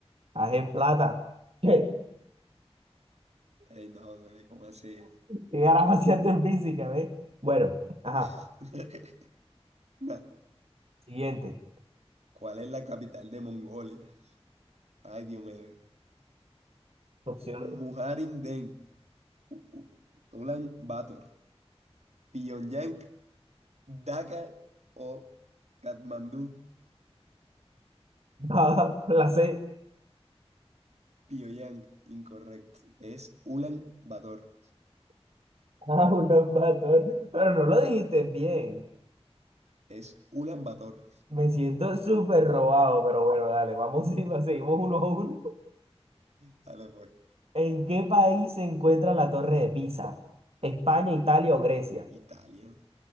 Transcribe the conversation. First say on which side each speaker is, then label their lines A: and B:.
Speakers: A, on the right; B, on the right.
A: AG es plata. <laughs> ¿Qué?
B: ey, no, güey, ¿cómo así?
A: ¿Qué carajo hacías tú en física, ve? Bueno, ajá.
B: <laughs> Nah.
A: Siguiente.
B: ¿Cuál es la capital de Mongolia? Ay, Dios mío.
A: Opción <laughs>
B: Mujarindén, U- U- Ulan Bator, Pyongyang, Dhaka o Katmandú.
A: A, la C.
B: Pyongyang, incorrecto. Es Ulan Bator.
A: Ah, un matón. Pero no lo dijiste bien.
B: Es Ulan Bator.
A: Me siento súper robado, pero bueno, dale, vamos, <laughs> y- seguimos uno a uno.
B: <laughs> Dale pues.
A: ¿En qué país se encuentra la Torre de Pisa? ¿España, Italia o Grecia?
B: Italia.